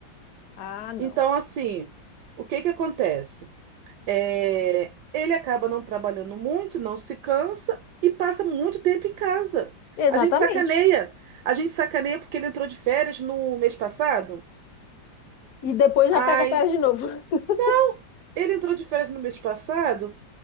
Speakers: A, on the left (about 60°); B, on the right (about 70°).
A: Ah, não.
B: Então, assim, o que que acontece? É, ele acaba não trabalhando muito, não se cansa e passa muito tempo em casa.
A: Exatamente.
B: A gente sacaneia. A gente sacaneia porque ele entrou de férias no mês passado.
A: E depois já
B: Ai,
A: pega férias de novo. <laughs>
B: não! Ele entrou de férias no mês passado,